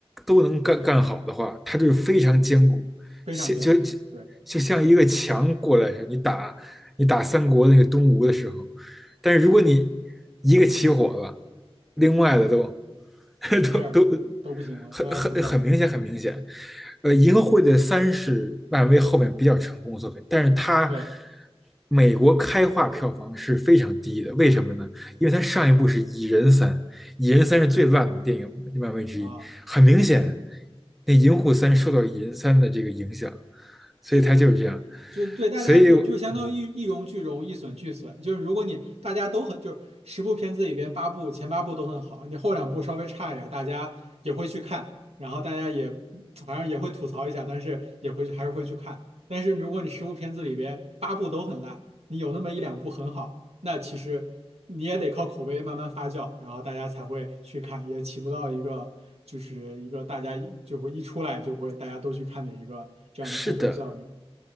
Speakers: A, in the centre; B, on the right.
A: 都能干干好的话，它就是非常坚固，
B: 非常艰苦。
A: 像就就就像一个墙过来似的。
B: 对，
A: 你打你打三国那个东吴的时候，但是如果你一个起火了，另外的都 <laughs>
B: 就出事儿了都不行了，
A: 都都很很很明显，
B: 都要出事儿，
A: 很明显。呃，银河护卫队三是漫威后面比较成功的作品，但是它
B: 对
A: 美国开画票房是非常低的，为什么呢？因为它上一部是蚁人三，蚁人三》是最烂的电影漫威之一，
B: 啊。
A: 很明显，
B: 是。
A: 那《银护三》受到《蚁人三》的这个影响，所以它就是这样。
B: 是的，就是对大家对，
A: 所以，
B: 就相当于一一荣俱荣，
A: 嗯，
B: 一损俱损。就是如果你大家都很，就是十部片子里边八部前八部都很好，你后两部稍微差一点大家也会去看，然后大家也反正也会吐槽一下，但是也会还是会去看。但是如果你十部片子里边八部都很烂，你有那么一两部很好，那其实你也得靠口碑慢慢发酵，然后大家才会去看，也起不到一个就是一个大家就会一出来就会大家都去看的一个这样的宣传效应。
A: 是的，